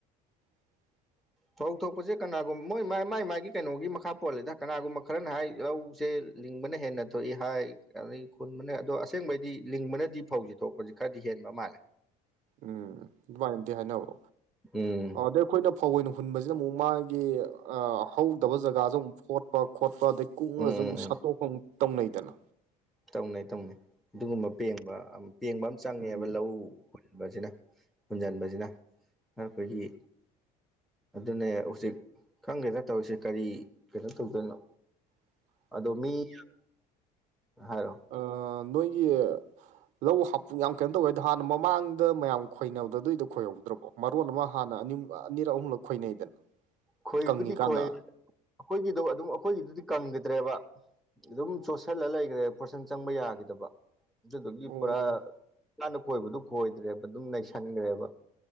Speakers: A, on the right; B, in the centre.
A: <inaudible>
B: ꯐꯧ ꯊꯣꯛꯄꯁꯦ ꯀꯅꯥꯒꯨꯝꯕ ꯃꯣꯏ ꯃꯥꯏ ꯃꯥꯒꯤ ꯀꯩꯅꯣꯒꯤ ꯃꯈꯥ ꯄꯣꯜꯜꯂꯤꯦꯗ ꯀꯅꯥꯒꯨꯝꯕ ꯈꯔꯅ ꯍꯥꯏ ꯂꯧ ꯁꯦ ꯂꯤꯡꯕꯅ ꯍꯦꯟꯅ ꯊꯣꯛꯏ ꯍꯥꯏ ꯑꯗꯒꯤ ꯈꯨꯟꯕꯅ ꯑꯗꯣ ꯑꯁꯦꯡꯕꯩꯗꯤ ꯂꯤꯡꯕꯅꯗꯤ ꯐꯧꯁꯦ ꯊꯣꯛꯎ ꯍꯧꯖꯤꯛ ꯈꯔꯗꯤ ꯍꯦꯟꯕ ꯃꯥꯜꯂꯦ
A: ꯎꯝ ꯑꯗꯨꯃꯥꯏꯅꯗꯤꯦ ꯍꯥꯏꯅꯕ
B: ꯎꯝ
A: ꯑꯗꯩ ꯑꯩꯈꯣꯏꯅ ꯐꯧ ꯑꯣꯏꯅ ꯍꯨꯟꯕꯁꯤꯅ ꯑꯃꯨꯛ ꯃꯥꯒꯤ ꯍꯧꯗꯕ ꯖꯒꯥꯁꯦ ꯑꯃꯨꯛ ꯐꯣꯔꯠ ꯀꯄ ꯈꯣꯠꯄ ꯑꯗꯩ ꯀꯣꯛꯉꯒꯁꯨ
B: ꯎꯝ ꯎꯝ
A: ꯑꯃꯨ
B: ꯎꯝ
A: ꯁꯠꯇꯣꯛꯐꯝ ꯇꯧꯅꯩꯗꯅ
B: ꯇꯧꯅꯩ ꯇꯧꯅꯩ ꯑꯗꯨꯒꯨꯝꯕ ꯄꯦꯡꯕ ꯄꯦꯡꯕ ꯑꯃ ꯆꯪꯉꯦꯕ
A: ꯎꯝ
B: ꯂꯧ ꯕꯁꯤꯅ ꯍꯨꯟꯖꯟꯕꯁꯤꯅ ꯑꯩꯈꯣꯏꯒꯤ ꯑꯗꯨꯅꯦ ꯍꯧꯖꯤꯛ ꯈꯪꯒꯦꯗ ꯇꯧꯔꯤꯁꯦ ꯀꯔꯤ ꯀꯩꯅꯣ ꯇꯧꯗꯣꯏꯅꯣ
A: <inaudible>
B: ꯑꯗꯣ ꯃꯤ ꯍꯥꯏꯔꯣ
A: ꯑ ꯅꯣꯏꯒꯤ ꯂꯧ ꯍꯥꯞꯄꯨ ꯌꯥꯝ ꯀꯩꯅꯣ ꯇꯧꯋꯦ ꯑꯗꯣ ꯍꯥꯟꯅ ꯃꯃꯥꯡꯗ ꯃꯌꯥꯝ ꯈꯣꯏꯅꯅꯕꯗꯗꯩꯗꯣ ꯈꯣꯏꯍꯧꯗ꯭ꯔꯕꯣ ꯃꯔꯣꯟ ꯑꯃ ꯍꯥꯟꯅ ꯑ ꯑꯅꯤꯔꯛ ꯑꯍꯨꯝꯂꯛ ꯈꯣꯏꯅꯩꯗꯅ
B: ꯈꯣꯏꯕꯨꯗꯤ
A: ꯀꯪꯉꯤꯀꯥꯟꯗ
B: ꯈꯣꯏ ꯑꯩꯈꯣꯏꯒꯤꯗꯣ ꯑꯗꯨꯝ ꯑꯩꯈꯣꯏꯒꯤꯗꯨꯗꯤ ꯀꯪꯒꯗ꯭ꯔꯦꯕ ꯑꯗꯨꯝ ꯆꯣꯠꯁꯤꯜꯂ ꯂꯩꯈ꯭ꯔꯦ ꯄꯣꯔꯁꯟ ꯆꯪꯕ ꯌꯥꯈꯤꯗꯕ ꯑꯗꯨꯗꯨꯒꯤ
A: ꯑꯣ
B: ꯄꯨꯔꯥ ꯍꯅ ꯀꯣꯏꯕꯗꯨ ꯈꯣꯏꯗ꯭ꯔꯦꯕ ꯑꯗꯨꯝ ꯅꯩꯁꯟꯈ꯭ꯔꯦꯕ